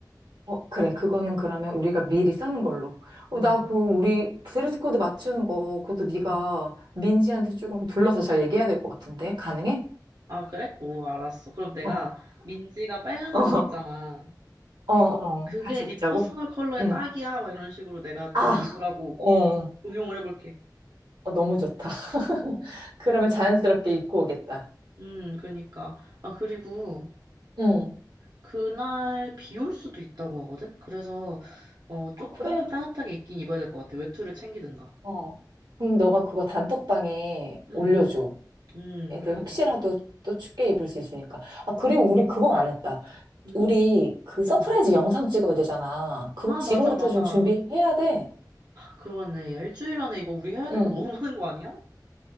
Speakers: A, on the right; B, on the right.
A: 어, 그래. 그거는 그러면 우리가 미리 쓰는 걸로. 어,
B: 음,
A: 나 그, 우리 드레스 코드 맞추는 거, 그것도 네가
B: 음.
A: 민지한테 조금 둘러서 잘 얘기해야 될 것 같은데. 가능해?
B: 아, 그래? 오, 알았어. 그럼 내가
A: 어,
B: 민지가 빨간색
A: 어,
B: 옷 있잖아.
A: 어, 어.
B: 그게
A: 같이
B: 네
A: 입자고?
B: 퍼스널 컬러에
A: 응.
B: 딱이야. 막 이런 식으로 내가
A: 아,
B: 좀 입으라고
A: 어,
B: 응용을 해볼게.
A: 어, 너무 좋다. <laughs>
B: 어.
A: 그러면 자연스럽게 입고 오겠다.
B: 음, 그니까. 아, 그리고
A: 응.
B: 그날 비 올 수도 있다고 하거든? 그래서, 어, 조금은
A: 아, 그래?
B: 따뜻하게 입긴 입어야 될 것 같아. 외투를 챙기든가.
A: 어. 그럼 너가 그거 단톡방에
B: 응,
A: 올려줘.
B: 응,
A: 애들
B: 그래야겠다.
A: 혹시라도 또 춥게 입을 수 있으니까. 아, 그리고
B: 보자.
A: 우리 그거 안 했다.
B: 응?
A: 우리 그 서프라이즈
B: 응.
A: 영상 찍어야 되잖아. 그거
B: 아,
A: 지금부터
B: 맞아, 맞아.
A: 좀 준비해야 돼.
B: 그러네. 야, 일주일 안에 이거 우리 해야 될
A: 응.
B: 거 너무 <laughs> 많은 거 아니야?